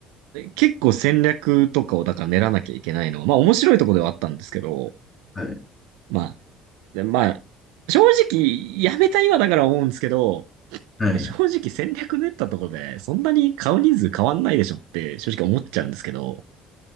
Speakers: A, on the right; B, on the left.
A: 結構戦略とかをだから練らなきゃいけないのは、まあ面白いとこではあったんですけど、
B: はい。
A: まあ、でまあ、正直、やめた今だから思うんですけど、
B: はい。
A: なんか正直戦略練ったところで、そんなに買う人数変わんないでしょって正直思っちゃうんですけど、